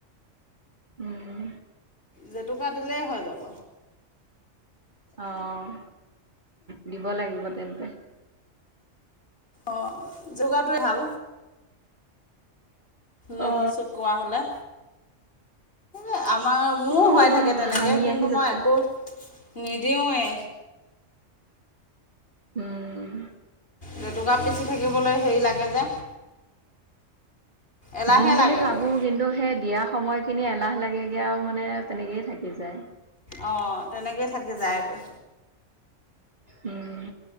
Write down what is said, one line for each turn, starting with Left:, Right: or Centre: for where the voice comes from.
Right: উম।
Left: জেতুকা দিলেই হৈ যাব।
Right: অ', দিব লাগিব তেন্তে।
Left: অ', জেতুকাটোৱে ভাল। নখ
Right: অ।
Left: চকোৱা হ'লে। এ-আমাৰ মোৰো
Right: অ
Left: হৈ থাকে তেনেকে
Right: হামি
Left: কিন্তু
Right: আহি গৈছে
Left: মই একো নিদিওঁৱে।
Right: উম।
Left: জেতুকা পিচি থাকিবলৈ হেৰি লাগে যে এলাহে
Right: দিম বুলি
Left: লাগেগৈ
Right: ভাবো কিন্তু সেই দিয়া সময়ত খিনি এলাহ লাগেগে আৰু মানে তেনেকেই থাকি যায়।
Left: আহ তেনেকেই থাকি যায় আগত।
Right: উম।